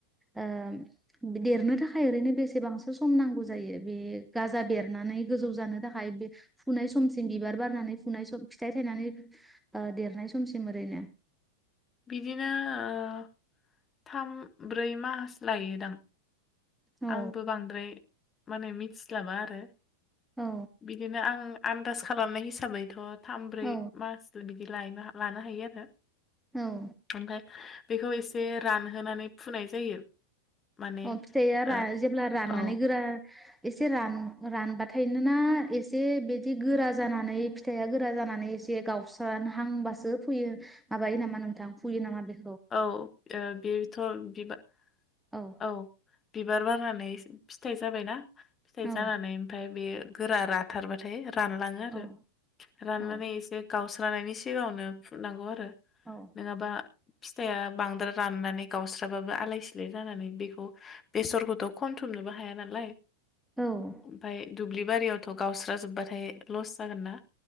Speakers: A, in the centre; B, on the left.
A: ओम देरनो थाखाय ओरैनो बेसेबांसो सम नांगौ जायो बे गाजा बेरनानै गोजौ जानो थाखाय बे फुनाय समसिम बिबार बारनानै फुनाय सम फिथाइ थायनानै ओ देरनाय समसिम ओरैनो?
B: बिदिनो ओ थाम ब्रै मास लायोदां।
A: औ
B: आंबो बांद्राय माने मिथिसलाबा आरो।
A: औ
B: बिदिनो आं आन्दाज खालामनाय हिसा साबैथ थामब्रै
A: औ
B: मासल बिदि लायनो लानो हायो आरो।
A: औ
B: ओमफाय बेखौ एसे रानहोनानै फुनाय जायो। माने
A: अ फिथाइया
B: ओ
A: रा जेब्ला राननानै
B: औ
A: गोरा एसे रान-रानबाथायनोना एसे बिदि गोरा जानानै फिथाइया गोरा जानानै एसे गावस्रहांबासो फुयो माबायो नामा नोंथां फुयो नामा बे
B: औ बेथ' बिबार
A: औ
B: औ बिबार बारनानै फिथाइ जाबायना फिथाइ
A: औ
B: जानानै ओमफाय बेयो गोरा राथारबाथाय रानलाङो आरो
A: औ
B: राननानै
A: औ
B: एसे गावस रानायनि सिगाङावनो फुननांगौ आरो।
A: औ
B: नोंङाबा फिथाइआ बांद्राय राननानै गावस्राबाबो आलाय सिलाय जानानै बेखौ बेसरखौथ खनथुमनोबो हाया नालाय
A: औ ।
B: ओमफाय दुब्लि बारियावथ गावस्राजोब्बाथाय लस जागोन ना